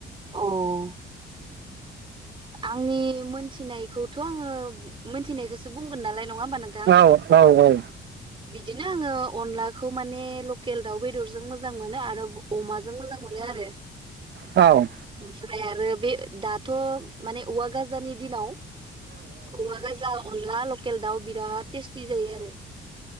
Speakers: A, on the right; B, on the right.
A: अह आंनि मोनथिनायखौथ' आङो मोनथिनायखौसो बुंगोन नालाय नङा होमबा नोंथां
B: औ औ औ
A: बिदिनो आङो अनलाखौ माने लकेल दाउ बेदरजों मोजां मोनो आरो अमाजों मोजां मोनो आरो।
B: औ
A: ओमफ्राय आरो बे दाथ' माने औवा गाजानि दिनाव औवा गाजा अनला लकेल दाउ बिराद टेस्टि जायो आरो।